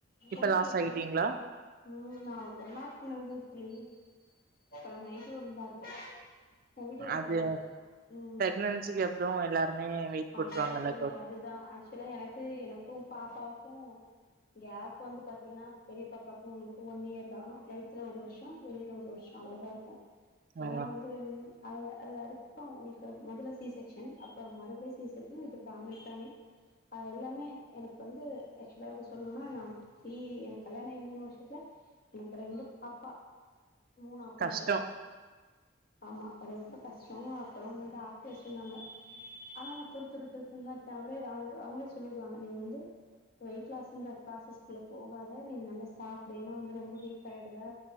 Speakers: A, on the right; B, on the left.
A: இப்ப
B: ஒண்ணு
A: லாஸ்
B: இல்ல
A: ஆகிட்டீங்களா
B: தோழி ம் நா ஒன் நாட் ஒன் இருந்தே தோழி இப்ப நா நயன்டி ஒன் தா இருக்கே எ வீட்டுக்காரு
A: அது
B: சொல்லுவாரு ம்
A: பிரெக்னன்சிக்கு அப்புறோ எல்லாருமே வெயிட் போட்டுருவாங்கல்ல
B: ஆமா தோழி அதுதா ஆக்சுவலா எனக்கு எனக்கும் பாப்பாவுக்கு கேப் வந்து பாத்தீங்கன்னா பெரிய பாப்பாக்கு இவங்களுக்கு ஒன் இயர் தா வயித்துல ஒரு வருஷோ வெளில ஒரு வருஷம் அவ்ளோதா இருக்கு
A: ஆ
B: ஏன்னா வந்து அது அதுக்கப்பறோ உங்களுக்கு மொதல்ல சி செக்க்ஷன் அப்ப மறுபடியு சி திருப்பியு இது ஃபேமிலி பிளானிங் அது எல்லாமே எனக்கு வந்து ஆக்சுவலா எப்படி சொல்லணுன்னா நா தி எனக்கு கல்யாண ஆகி மூணு வருஷத்துல எனக்கு ரெண்டு பாப்பா மூணு ஆப்ரேஷன்
A: கஷ்டோ
B: ஆமா ரொம்ப கஷ்டோ அப்பறம் டாக்டரே சொன்னாங்க ஆனா துரு துரு துருனுதா இருப்ப அவரே அவ அவங்களே சொல்லிடுவாங்க நீங்க வந்து வெயிட் லாஸ்ன்ற ஃப்ராசஸ்குள்ள போகாத நீ நல்லா சாப்புடு ஏன்னா வந்து ரொம்ப வீக் ஆயிடுவ